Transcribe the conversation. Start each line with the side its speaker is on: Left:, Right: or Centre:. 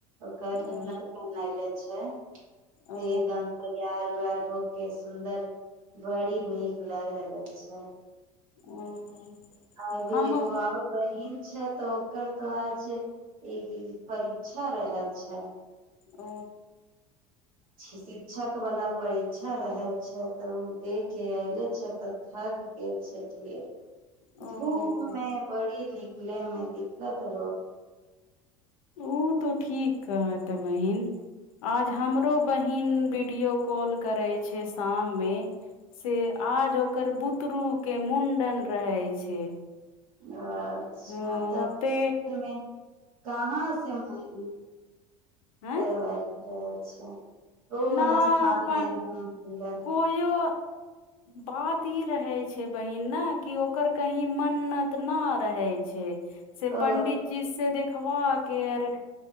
Right: ओकर
Left: ओ
Right: ननद पहिनैले छै से
Left: ओ
Right: दम्प त्यार वैयार हो के सुन्दर बड़ी नीक लग रहल छै
Left: ओ
Right: आरो
Left: हम
Right: एगो
Left: ओ
Right: आउर बहिन छै तो एकर तो आज एक परीक्षा रहल छै
Left: ओ
Right: शिक्षकवला परीक्षा रहल छै तऽ ओ देख क अयले छथि तऽ थकि गेल छै ढेर
Left: ओ
Right: धूपमें बड़ी नीक मे दिक्कत तऽ
Left: ओ तऽ ठीकीक ह तऽ बहिीन आज हमरो बहिन वीडियो कॉल करै छै शाममे से आज ओकर बुतरूके मुण्डन रहै छै
Right: अच्छा
Left: ह
Right: तऽ
Left: ते
Right: मे कहाँ से मिर
Left: आँय
Right: करवल रह अच्छा ओना
Left: ना
Right: स्थान
Left: अपन
Right: देनेडन
Left: कोयो बात ई रहे छै बहिन ने कि ओकर की मन्नत न रहे छै से
Right: ओ
Left: पंडित जी से देख हँ गैर